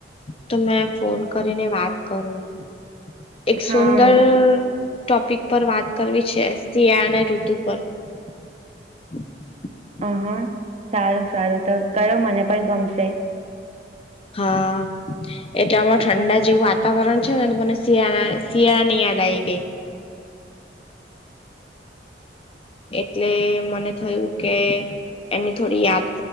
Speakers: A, on the left; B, on the right.
A: તો મેં ફોન કરીને વાત કરું. એક
B: હા
A: સુંદર ટોપિક પર વાત કરવી છે. શિયાળના ઋતુ પર <inaudible>
B: અહા સારું સારું તો કરો મને પણ ગમશે.
A: હા.... એટલે હમણા ઠંડા જેવું વાતાવરણ છે. ને મને શિયાળ શિયાળાની યાદ આવી ગઈ. એટલે મને થયું કે. એની થોડી યાદ